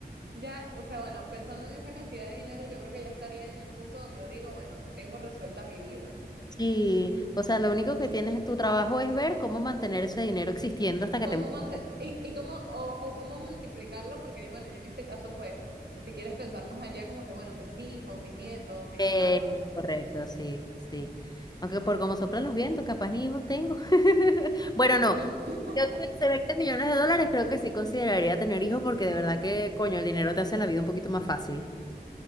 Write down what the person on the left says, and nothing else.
Sí, o sea, lo único que tienes en tu trabajo es ver cómo mantener ese dinero existiendo hasta que
te mueras.
Eh,
correcto, sí, sí. Aunque por cómo soplan los vientos, capaz ni hijos tengo. <laughs> Bueno, no.
Yo tuviese 20 millones de dólares, creo que sí consideraría tener hijos porque de verdad que, coño, el dinero te hace la vida un poquito más fácil.